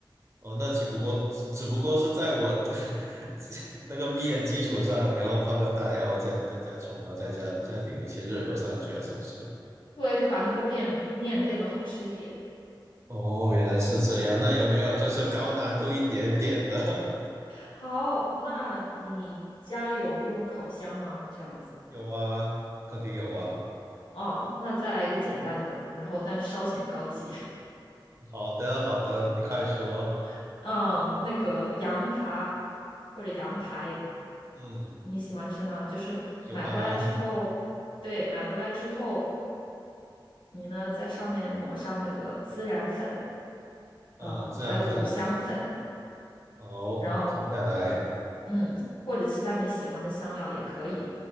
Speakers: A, on the right; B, on the left.
A: 哦，那只不过只只不过是在我 <laughs> 基那个面基础上，然后放个蛋，然后再再加葱，然后再加再淋一些热油上去啊，是不是？
B: 对，就把那个变面变得好吃一点。
A: 哦，原来是这样。那有没有就是高难度一点点的？<laughs>
B: 好，那你家里有用烤箱吗？这样子。
A: 有啊，肯定有啊。
B: 哦，那再来一个简单的，然后但稍显高级。
A: 好的，好的，你快说。
B: <laughs> 嗯，那个羊扒或者羊排，
A: 嗯，
B: 你喜欢吃吗？就是买回来之后，
A: 喜欢啊，
B: 对，买回来之后，你呢在上面抹上那个孜然粉，
A: 嗯，
B: 呃，
A: 孜然粉，
B: 还有五香粉，
A: 好，
B: 然后
A: 记下来。
B: 嗯，或者其他你喜欢的香料也可以，